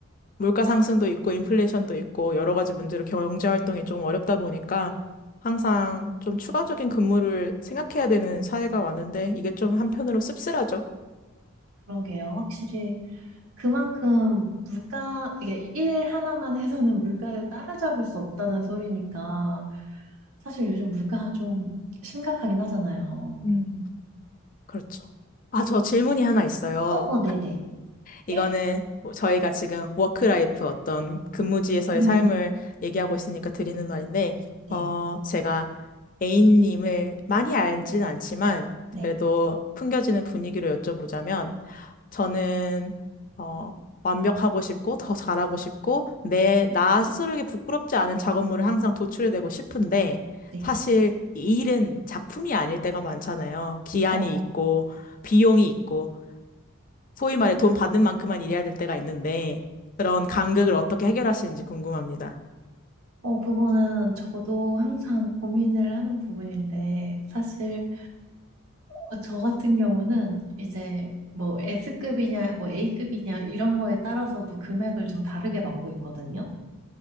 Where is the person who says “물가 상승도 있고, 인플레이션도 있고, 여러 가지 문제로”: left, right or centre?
Left